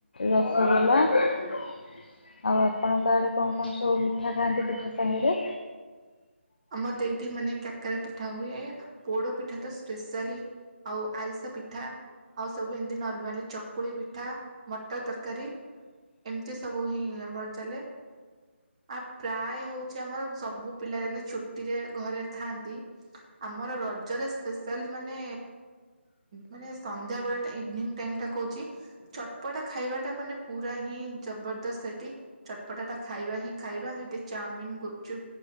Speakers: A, on the left; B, on the right.
A: ରସଗୋଲା। ଆଉ ଆପଣଙ୍କଆଡ଼େ କଣ କଣ ସବୁ ମିଠା ଖାଆନ୍ତି ପିଠା ସାଙ୍ଗେରେ?
B: ଆମର ତ ଏଠି ମାନେ କାକେରା ପିଠା ହୁଏ, ପୋଡ ପିଠା ତ ସ୍ପେସାଲି ଆଉ ଆରିସା ପି ପିଠା, ଆଉ ସବୁ ଏମିତି ନର୍ମାଲି ଚକୁଳି ପିଠା, ମଟର ତରକାରୀ। ଏମିତି ସବୁ ହିଁ ଆମର ଚାଲେ। ଆ ପ୍ରାୟେ ହୋଉଚି ଆମର ସବୁ ପିଲା ଆନି ହୁଟିରେ ଘରେ ଥାଆନ୍ତି। ଆମର ରଜରେ ସ୍ପେଶାଲ ମାନେ ମାନେ ସନ୍ଧ୍ୟାବେଳ ଟା ଇଭିନିଂ ଟାଇମ ଟା କଉଚି। ଚଟପଟା ଖାଇବାଟା ମାନେ ପୁରା ହିଁ ଜବରଦସ୍ତ ସେଠି। ଚଟପଟାଟା ଖାଇବା ହିଁ ଖାଇବା। ହେଟି ଚାଓମିନ ଗୁପଚୁପ